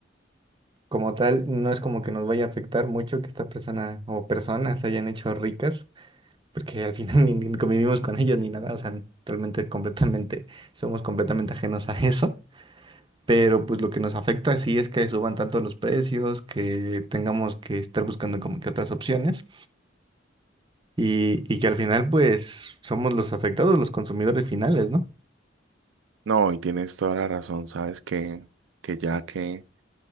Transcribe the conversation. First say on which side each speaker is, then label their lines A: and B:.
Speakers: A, on the right; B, on the right.
A: como tal no es como que nos vaya a afectar mucho que esta persona o personas se hayan hecho ricas, porque al final <laughs> ni, ni convivimos con ellos ni nada, o sea, realmente es completamente, somos completamente ajenos a eso. Pero pues lo que nos afecta sí es que suban tanto los precios, que tengamos que estar buscando como que otras opciones. y, y que al final pues somos los afectados, los consumidores finales, ¿no?
B: No, y tienes toda la razón, sabes que, que ya que